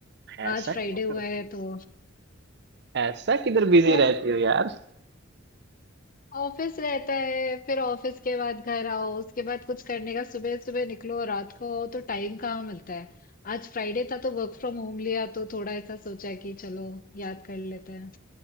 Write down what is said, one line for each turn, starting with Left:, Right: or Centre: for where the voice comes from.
Right: ऐसा
Left: आज
Right: क्या
Left: फ्राइडे हुआ
Right: करती
Left: है तो
Right: है ऐसा किधर बिजी
Left: ऑफ
Right: रहती हो यार
Left: ऑफिस रहता है फिर ऑफिस के बाद घर आओ उसके बाद कुछ करने का सुबह सुबह निकलो रात को आओ तो टाइम कहाँ मिलता है आज फ्राइडे था तो वर्क फ्रॉम होम लिया तो थोड़ा ऐसा सोचा कि चलो याद कर लेते हैं